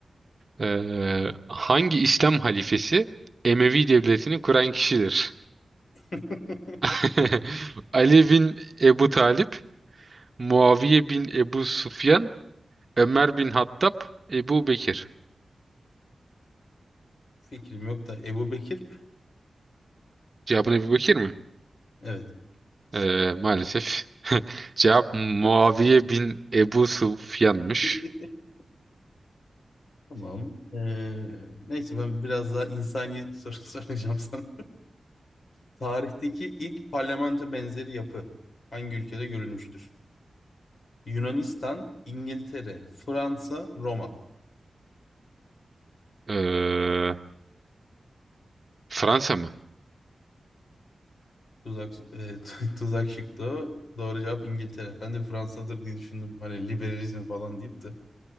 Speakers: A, on the right; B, on the left.
A: Ee, hangi İslam halifesi Emevi devletini kuran kişidir?
B: <laughs>
A: <laughs>
B: Peki.
A: Ali bin Ebu Talip, Muaviye bin Ebu Sufyan, Ömer bin Hattab, Ebu Bekir.
B: Fikrim yok da Ebu Bekir.
A: Cevabın Ebu Bekir mi?
B: Evet.
A: Ee, maalesef. <laughs> Cevap Muaviye bin Ebu Sufyan'mış.
B: <laughs> Tamam. Ee, neyse ben biraz daha insani soru <laughs> soracağım sana. Tarihteki ilk parlamento benzeri yapı hangi ülkede görülmüştür? Yunanistan, İngiltere, Fransa, Roma.
A: Ee, Fransa mı?
B: Tuzak, e, <laughs> tuzak şıktı o. Doğru cevap İngiltere. Ben de Fransa'dır diye düşündüm. Hani liberalizm falan deyip de.